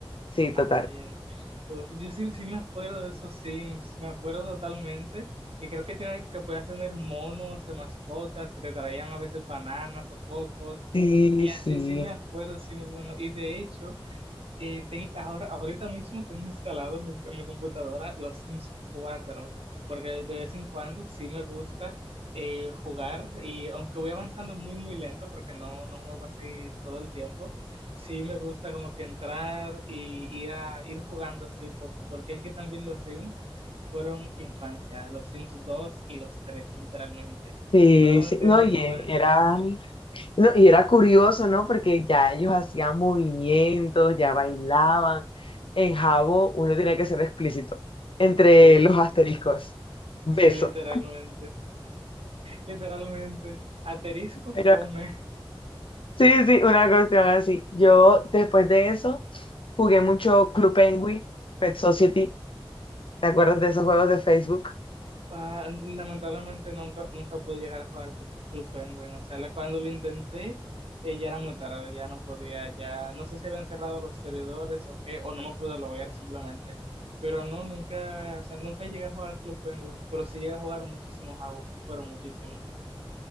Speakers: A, on the left; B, on the right.
A: Sí,
B: ay
A: total.
B: no. Uf, yo sí, sí me acuerdo de esos Sims, me acuerdo totalmente, que creo que, tiene, que podías tener monos de mascotas, que te traían a veces bananas o cocos,
A: Sí,
B: y
A: sí.
B: así sí me acuerdo, sí muy bueno. Y de hecho... Eh, ten- ahora, ahorita mismo tengo instalado en mi, en mi computadora los Sims 4, porque de vez en cuando sí me gusta eh, jugar y aunque voy avanzando muy, muy lento porque no, no juego así todo el tiempo, sí me gusta como que entrar y ir, a, ir jugando así poco, porque es que también los Sims fueron infancia, los Sims 2 y los tres literalmente,
A: Sí,
B: fueron
A: sí.
B: de
A: No,
B: mi
A: y
B: infancia,
A: e- era, no, y era curioso, ¿no? Porque ya ellos hacían movimientos, ya bailaban. En Jabo uno tenía que ser explícito. Entre
B: sí,
A: los asteriscos. Beso.
B: sí, literalmente, literalmente. Aterisco
A: Era
B: come.
A: Sí, sí, una cuestión así. Yo después de eso jugué mucho Club Penguin, Pet Society. ¿Te acuerdas de esos juegos de Facebook?
B: Ah, lamentablemente nunca, nunca pude llegar a jugar Club Club Penguin. O sea, la- cuando lo intenté, eh, ya era muy tarde, ya no podía, ya no sé si habían cerrado los servidores o qué, o no me pude loguear simplemente. Pero no, nunca, o sea, nunca llegué a jugar Club Penguin, pero sí llegué a jugar muchísimo Jabo, pero muchísimo.